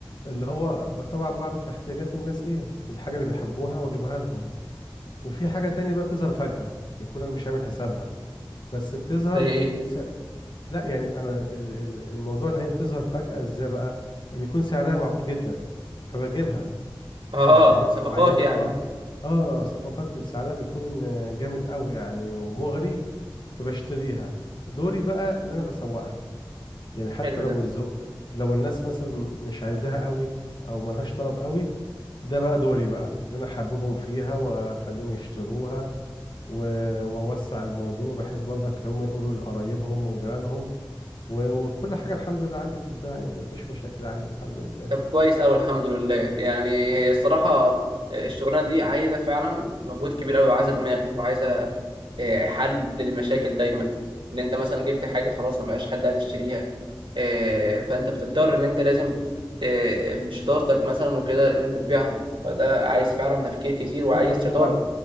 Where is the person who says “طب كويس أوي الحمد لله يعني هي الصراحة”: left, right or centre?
Right